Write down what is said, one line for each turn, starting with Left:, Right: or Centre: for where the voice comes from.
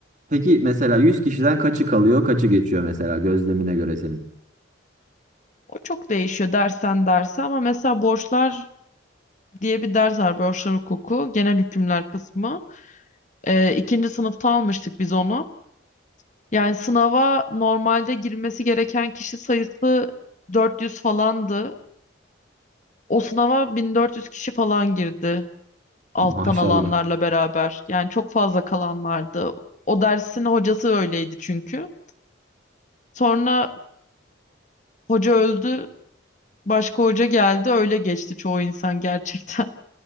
Right: Peki mesela 100 kişiden kaçı kalıyor, kaçı geçiyor mesela gözlemine göre senin?
Left: O çok değişiyor dersen derse ama mesela borçlar diye bir ders var broşlar hukuku genel hükümler kısmı. Ee, ikinci sınıfta almıştık biz onu. Yani sınava normalde girmesi gereken kişi sayısı 400 falandı. O sınava 1400 kişi falan girdi alttan
Right: Maşallah.
Left: alanlarla beraber. Yani çok fazla kalan vardı. O dersin hocası öyleydi çünkü. Sonra hoca öldü, başka hoca geldi, öyle geçti çoğu insan gerçekten.